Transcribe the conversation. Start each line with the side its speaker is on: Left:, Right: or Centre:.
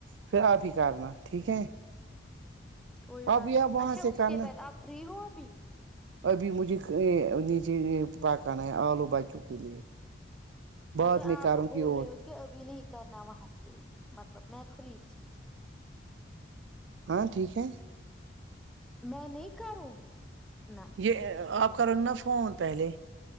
Right: پھر آپ ہی کرنا ٹھیک ہے
Centre: کوئی
Right: آپ
Centre: بات
Right: یہ
Centre: نہیں
Right: وہاں
Centre: اچھا
Right: سے
Centre: اس
Right: کرنا
Centre: کے بعد آپ فری ہو ابھی
Right: ابھی مجھے نیچے پکانا ہے آلو بچوں کے لیے بعد
Centre: اچھا
Right: میں
Centre: آپ
Right: کروں
Centre: بول
Right: گی اور
Centre: رہے ہو کہ ابھی نہیں کرنا وہاں سے مطلب میں فری تھی
Right: ہاں ٹھیک ہے
Centre: میں نہیں کروں نہ
Right: یہ آپ کرو نا فون پہلے